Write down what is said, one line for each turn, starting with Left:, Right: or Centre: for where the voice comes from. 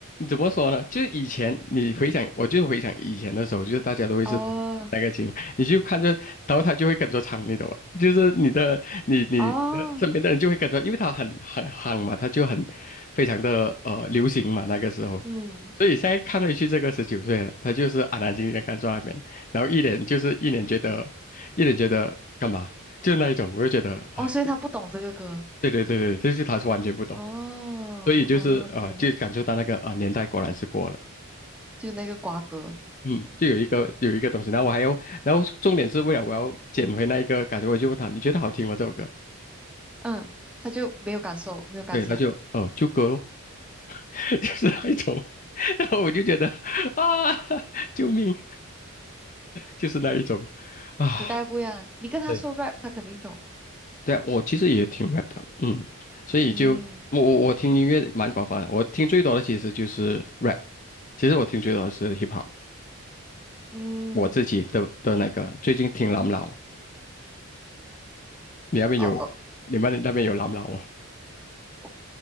Left: 怎么说呢？就是以前你回想，我就回想以前的时候，就是大家都会是
Centre: 哦
Left: 那个情况，你就看着，然后他就会跟着唱，你懂吗？就是你的，你你你的身边的人就会跟着，
Centre: 哦，
Left: 因为他很很夯嘛，他就很非常的呃流行嘛，那个时候。
Centre: 嗯嗯，
Left: 所以现在看回去，这个十九岁了他就是安安静静的看着那边，然后一脸就是一脸觉得，一脸觉得干嘛，就那一种，我就觉得，哎，
Centre: 哦，所以他不懂这个歌。
Left: 对对对对，这就是他是完全不懂。
Centre: 哦哦，OK，
Left: 所以就是啊、呃就感受到那个啊、呃年代果然是过了，
Centre: 就那个瓜葛，
Left: 嗯，就有一个有一个东西，然后我还要，然后重点是为了我要捡回那一个感觉，我就问他你觉得好听吗这首歌？
Centre: 嗯，他就没有感受，没有感想。
Left: 对，他就哦、呃就歌咯，<laughs> 就是那一种，<laughs> 然后我就觉得啊救命，就是那一种啊，
Centre: 时代不一样，你跟他说
Left: 对
Centre: rap，他肯定懂。
Left: 对啊我其实也挺 rap 的，嗯，所以就我我我听音乐蛮广泛的，
Centre: 嗯
Left: 我听最多的其实就是 rap，其实我听最多的是 hip hop，
Centre: 嗯，
Left: 我自己的的那个最近听朗朗。你那边有你们那边有蓝老啊？
Centre: 哦哦，我